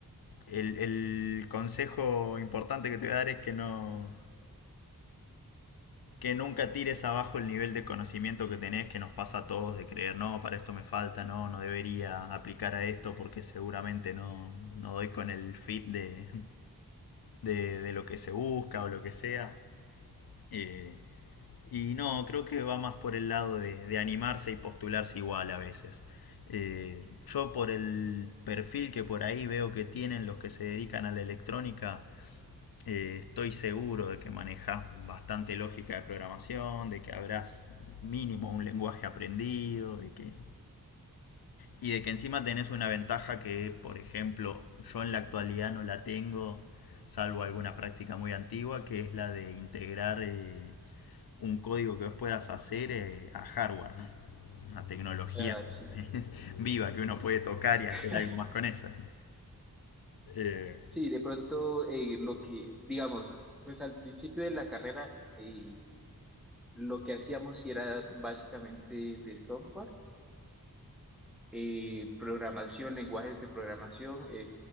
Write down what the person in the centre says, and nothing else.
Ah, sí.
<laughs>
Sí, de pronto eh, lo que, digamos, pues al principio de la carrera, eh, lo que hacíamos sí era básicamente de software, eh, programación, lenguajes de programación, eh,